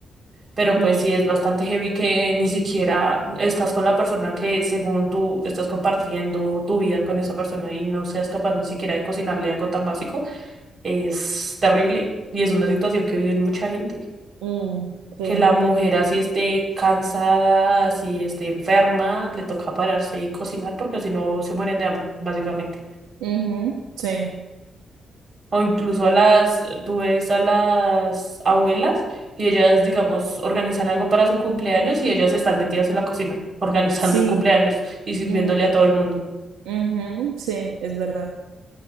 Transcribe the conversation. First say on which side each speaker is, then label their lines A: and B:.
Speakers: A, on the right; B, on the right.
A: Pero
B: Mm,
A: pues sí es bastante heavy que ni siquiera estás con la persona que según tú estás compartiendo tu vida con esa persona y no seas capaz ni siquiera de cocinarle algo tan básico es terrible y es una situación que vive mucha gente.
B: mm, sí,
A: Que la mujer así esté cansada, así esté enferma, le toca pararse y cocinar porque si no se mueren de hambre, básicamente.
B: ujú, sí,
A: O incluso a las, tú ves a las abuelas y ellas, digamos, organizan algo para su cumpleaños y ellas están metidas en la cocina, organizando
B: sí,
A: el cumpleaños y sirviéndole
B: mm,
A: a todo el mundo.
B: ujú, sí, es verdad.